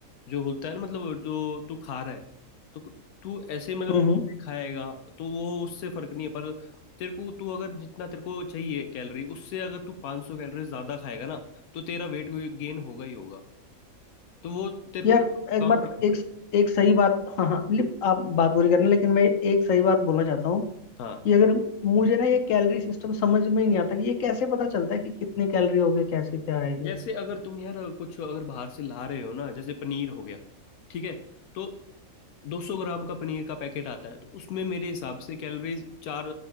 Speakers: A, on the left (about 85°); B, on the left (about 70°).
A: जो होता है ना मतलब जो तू खा रहा है तो कु- तू ऐसे मतलब
B: हम्म
A: कुछ
B: हम्म।
A: भी खाएगा तो वो उससे फर्क नहीं है पर तेरे को तू अगर जितना तेरे को चाहिए कैलोरी उससे अगर तू 500 कैलोरी ज्यादा खाएगा ना तो तेरा वेट गेन होगा ही होगा तो वो तेरे
B: यार
A: को
B: एक
A: काउंट
B: बात
A: रखना
B: एक
A: पड़ेगा
B: एक सही बात हाँ हाँ मतलब आप बात पूरी करना लेकिन मैं एक सही बात बोलना चाहता हूँ
A: हाँ
B: कि अगर मुझे ना ये कैलोरी सिस्टम समझ में ही नहीं आता कि ये कैसे पता चलता है कि कितने कैलोरी हो गए कैसे क्या है ये
A: जैसे अगर तुम यार कुछ अगर बाहर से ला रहे हो ना जैसे पनीर हो गया ठीक है तो 200 ग्राम का पनीर का पैकेट आता है तो उसमें मेरे हिसाब से कैलोरीज चार